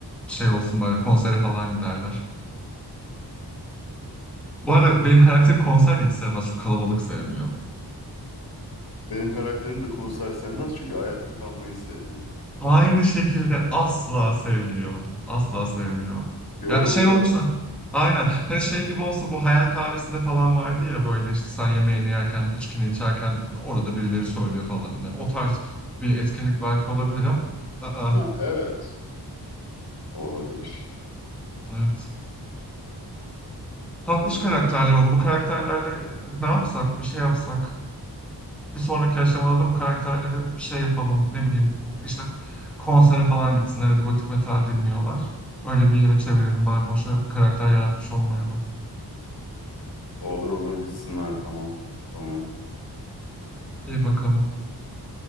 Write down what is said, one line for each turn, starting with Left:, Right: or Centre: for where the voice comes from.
Centre: şey olsun böyle konsere falan giderler. Bu arada benim karakterim konser de hiç sevmez. Çok kalabalık sevmiyor.
Left: Benim karakterim de konser sevmez çünkü ayakta kalmayı sevmiyor.
Centre: Aynı şekilde asla sevmiyor. Asla sevmiyor.
Left: Yoruluyor.
Centre: Ya şey olursa aynen hani şey gibi olsa bu hayal kahvesinde falan vardı ya böyle işte sen yemeğini yerken içkini içerken orada birileri söylüyor falan. Hani o tarz bir etkinlik belki olabilir ama aa,
Left: Ha, evet. Olabilir.
Centre: evet. Tatlış
Left: Olabilir.
Centre: karakterler oldu. Bu karakterlerle e, ne yapsak bir şey yapsak. bir sonraki aşamada da bu karakterleri bir şey yapalım ne bileyim işte konsere falan gitsinler ya da gotik metal dinliyorlar. Öyle bir yere çevirelim bari boşa karakter yaratmış olmayalım.
Left: Olur olur gitsinler tamam. Tamam.
Centre: İyi bakalım.